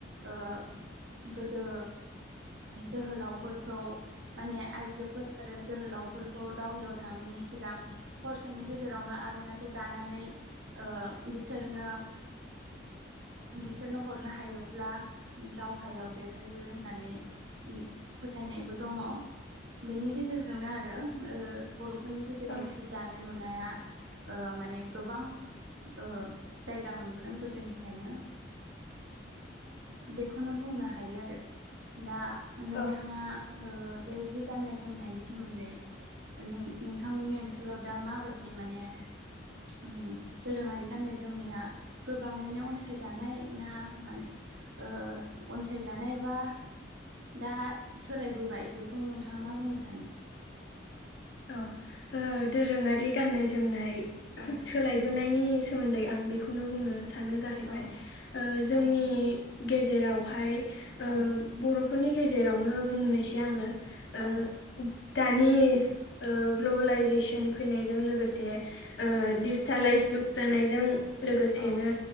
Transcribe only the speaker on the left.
औ
औ।
अ ओ दोरोङारि गाननाय जोमनाय
सोलायबोनायनि सोमोनदै आं बेखौनो बुंनो सानो जाहैबाय
जोंनि
गेजेरावहाय। ओ
बर'फोरनि गेजेरावनो बुंनोसै आङो ओ
दानि ओ ग्लबेलाइजेसन फैनायजों लोगोसे ओ
डिजिटेलाइस जुग जानायजों लोगोसेनो